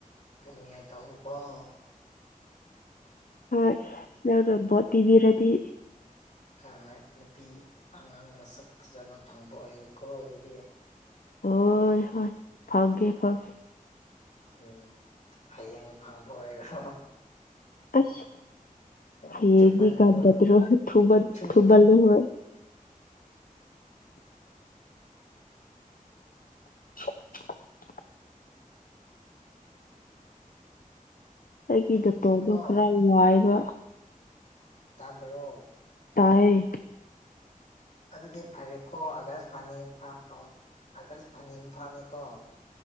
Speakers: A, on the left; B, on the left.
A: ꯄꯟꯌꯥ ꯇꯧꯕꯧꯕꯀꯣ
B: ꯍꯣꯏ ꯅꯪꯅ ꯚꯣꯠ ꯄꯤꯕꯤꯔꯗꯤ
A: ꯍꯣꯏ ꯅꯨꯄꯤ ꯑꯉꯥꯡ ꯃꯁꯛ ꯐꯖꯕ ꯐꯪꯕ ꯑꯣꯏꯌꯨꯀꯣ ꯑꯗꯨꯗꯤ
B: ꯍꯣꯏ ꯍꯣꯏ ꯐꯥꯒꯦ ꯐꯒꯦ
A: ꯎꯝ ꯍꯌꯦꯡ ꯐꯪꯕ ꯑꯣꯏꯔꯣ
B: ꯑꯁ ꯍꯌꯦꯡꯗꯤ
A: ꯆꯨꯃꯜ꯭ꯔꯣ
B: ꯉꯝꯒꯗ꯭ꯔꯣ ꯊꯨꯃꯟ
A: ꯆꯃ
B: ꯊꯨꯃꯜꯂꯦ ꯍꯣꯏ <unintelligible> ꯑꯩꯒꯤ
A: ꯑꯗꯨꯗꯤꯀꯣ
B: ꯗꯇꯣꯗꯣ ꯈꯔ ꯋꯥꯏꯕ
A: ꯇꯝꯕ꯭ꯔꯣ
B: ꯇꯌꯦ
A: ꯑꯗꯨꯗꯤ ꯐꯔꯦꯀꯣ ꯑꯒꯁ ꯄꯥꯅꯤ ꯏꯝꯐꯥ ꯐꯥꯎ ꯑꯀꯥꯁ ꯐꯥꯅꯤ ꯏꯝꯐꯥꯜꯅꯤꯀꯣ